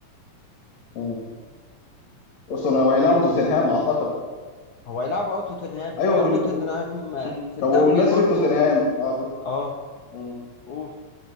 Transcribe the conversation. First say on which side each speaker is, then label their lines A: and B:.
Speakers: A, on the left; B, on the left.
A: مم. أصلا وهيلعبوا توتنهام أعتقد
B: هو هيلعبوا اه توتنهام
A: أيوه
B: برضه
A: بال... ب...
B: توتنهام
A: م.
B: في
A: طب
B: الدوري
A: وبمناسبة
B: برضه
A: توتنهام أه كنت
B: اه
A: م.
B: قول